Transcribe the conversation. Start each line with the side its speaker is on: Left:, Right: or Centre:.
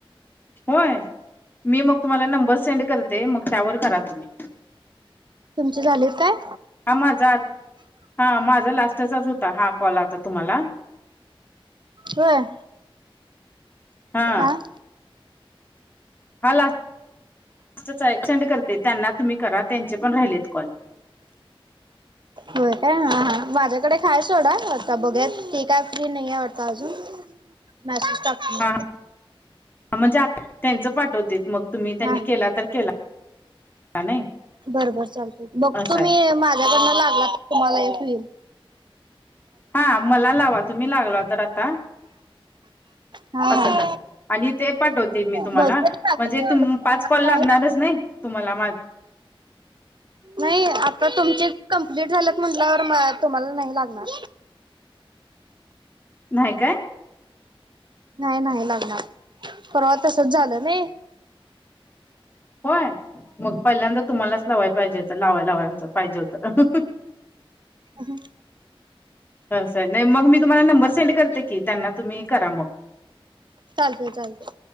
Left: होय. मी मग तुम्हाला नंबर सेंड करते मग त्यावर करा तुम्ही.
Right: तुमचे झाले काय?
Left: हा माझा आ, हा माझा लास्टचाच होता हा कॉल आता तुम्हाला. <inaudible>
Right: होय.
Left: हा
Right: आं.
Left: हा लास् टच आहे सेंड करते त्यांना तुम्ही करा त्यांचे पण राहिलेत कॉल.
Right: होय काय हा हा माझ्याकडे ऐक आहे सोडा आता बघा तु काय फ्री नाही आहे वाटता अजून. मैसैज टाकली.
Left: हा म्हणजे आ त्यांचं पाठवते मग तुम्ही त्यांनी
Right: हा
Left: केला तर केला. नाही
Right: बरबर चालत बघतो
Left: असं आहे
Right: मी माझ्याकडनं लागला तर तुम्हाला एक येईल.
Left: हा मला लावा तुम्ही लागल तर आता
Right: हा
Left: असं
Right: हा
Left: करा आणि ते पाठवते मी तुम्हाला
Right: भोजपुरी लागत
Left: म्हणजे
Right: नाही
Left: तुम
Right: वाटतं
Left: पाच काॅल
Right: मला नाही
Left: लागणारच
Right: लागत
Left: नाही. तुम्हाला माझे.
Right: नाही आता तुमचे कमप्लीट झालेत म्हटल्यावर तुम्हाला नाही लागणार.
Left: नाही काय?
Right: नाही, नाही लगणार परवा तसच झालं नाही.
Left: होय मग पहिल्यांदा तुम्हालाच लावायला पाहिजे लावाय, लावाय पाहिजे होत.
Right: हम् <unintelligible>
Left: ह स नाही मग मी तुम्हाला नंबर सेंड करते की त्यांना तुम्ही करा मग.
Right: चालतय, चालतय.